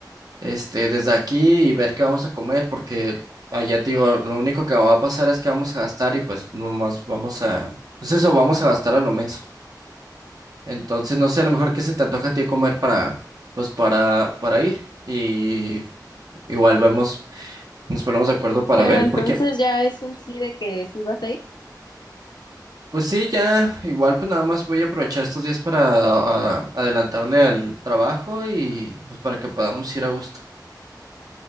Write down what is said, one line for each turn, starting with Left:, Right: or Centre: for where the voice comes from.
Right: este, desde aquí y ver qué vamos a comer, porque allá te digo, lo único que va a pasar es que vamos a gastar y pues nomás vamos a, pues eso, vamos a gastar a lo menso. Entonces, no sé, a lo mejor qué se te antoja a ti comer para, pues para, para ir. Y igual vemos, nos ponemos de acuerdo para
Left: Pero
Right: ver,
Left: entonces
Right: porque,
Left: ya es un sí de que sí vas a ir.
Right: pues sí, ya, igual pues nada más voy a aprovechar estos días para ah, adelantarle al trabajo y pues para que podamos ir a gusto.